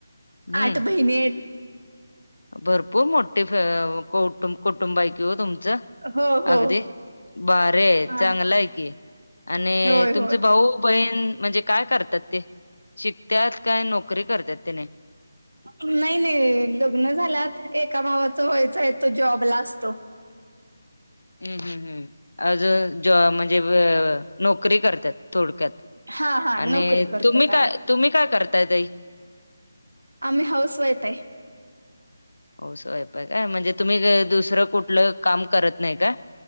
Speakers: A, on the left (about 65°); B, on the right (about 70°).
A: हम्म
B: आठ बहिणी आहेत.
A: भरपूर मोठे, फॅ अं कौटुं, कौटुंब आहे की ओ तुमचं.
B: हो हो
A: अगदी, भारीय,
B: हा
A: चांगलं आहे की. आणि,
B: होय
A: तुमचे
B: होय
A: भाऊ बहीण म्हणजे काय करत्यात ते, शिकतात काय, नोकरी करतात त्यानी?
B: नाही नाही, लग्नं झाल्यात, एका भावाच व्हायचं आहे तो जॉब ला अस
A: हम्म हम् हम्, अजून जॉब म्हणजे नोकरी करत्यात, थोडक्यात.
B: हा हा
A: आणि,
B: नोकरी करतात
A: तुम्ही काय,
B: हा
A: तुम्ही काय करताय ताई?
B: आम्ही हाऊस वाईफ आहे.
A: हाउसवाइफ आहे काय, म्हणजे तुम्ही, दुसरं कुठलं काम करत नाही काय?